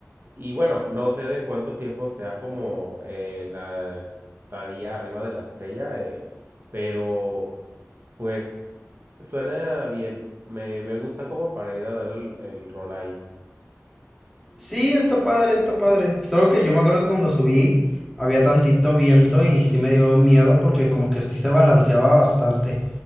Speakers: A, on the right; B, in the centre.
A: y bueno, no sé de cuánto tiempo sea como eh, la estadía arriba de la estrella, eh, pero pues suena bien. Me, me gusta como para ir a dar el, el rol ahí.
B: Sí, está padre, está padre. Solo que yo me acuerdo que cuando subí había tantito viento y sí me dio miedo porque como que sí se balanceaba bastante.